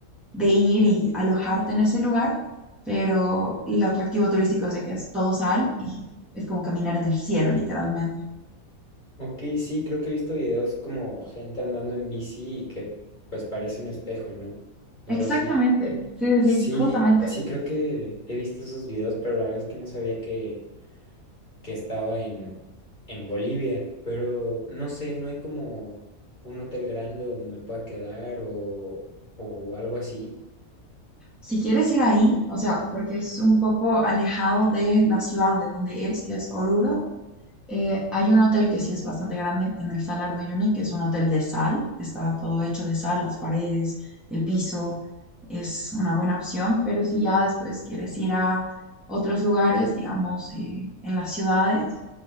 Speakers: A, in the centre; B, on the left.
A: de ir y alojarte en ese lugar, pero el atractivo turístico es de que es todo sal y es como caminar en el cielo, literalmente.
B: Ok, sí, creo que he visto videos como gente andando en bici y que pues parece un espejo, ¿no? Algo
A: Exactamente,
B: así.
A: sí, sí,
B: Sí,
A: sí, justamente.
B: sí creo que he visto esos videos, pero la verdad es que no sabía que, que estaba en, en Bolivia. Pero no sé, no hay como un hotel grande donde me pueda quedar o, o algo así.
A: Si quieres ir ahí, o sea, porque es un poco alejado de la ciudad de donde es, que es Oruro, Eh, hay un hotel que sí es bastante grande en el Salar de Uyuni, que es un hotel de sal, está todo hecho de sal, las paredes, el piso, es una buena opción, pero si ya después quieres ir a otros lugares, digamos, eh, en las ciudades,